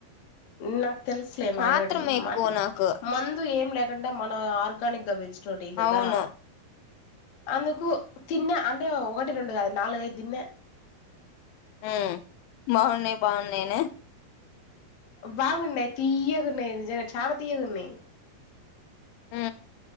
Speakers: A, on the left; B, on the left.
A: నా తెలుసులే మాయనోటి
B: ఆత్రం ఎక్కువ
A: అంటే
B: నాకు
A: మందు ఏం లేక మన ఆర్గానిక్ గా పెంచ్ రోటీ కదా
B: అవును
A: అందుకు తిన్న అంటే ఒకటి రెండు కాదు నాలుగైదు దిన్నే
B: మ్ బాగున్నాయి బాగున్నా నేను
A: బాగున్నాయి తీయియగున్నాయి నిజంగా చాన తీయగున్నాయి
B: మ్